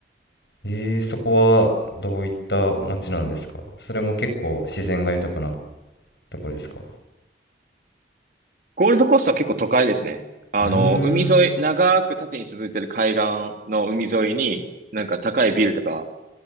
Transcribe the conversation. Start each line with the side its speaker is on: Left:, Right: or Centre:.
Left: えー、そこはどういった街なんですかそれも結構自然が豊かなところですか
Right: ゴールドコーストは結構都会ですね。あの、
Left: うーん。
Right: 海沿い、長く縦に続いてる海岸の海沿いに、なんか高いビルとか、